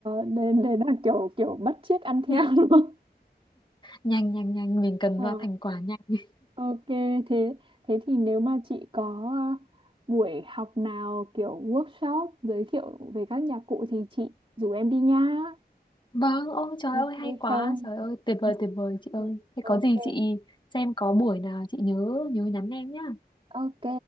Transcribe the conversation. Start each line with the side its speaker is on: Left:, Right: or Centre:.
Right: đấy, đấy là kiểu kiểu bắt chước ăn theo
Left: <laughs>
Right: <laughs> đúng không?
Left: nhanh nhanh nhanh mình cần
Right: Ờ,
Left: ra thành quả nhanh
Right: ok thế thế thì nếu mà chị có ờ, buổi học nào kiểu workshop giới thiệu về các nhạc cụ thì chị rủ em đi nha.
Left: vâng ôi trời
Right: Ok
Left: ơi hay quá
Right: không?
Left: trời ơi tuyệt vời
Right: Ừ,
Left: tuyệt vời chị ơi
Right: ừ,
Left: thế
Right: Ok.
Left: có gì chị xem có buổi nào chị nhớ nhớ nhắn em nhá
Right: Ok.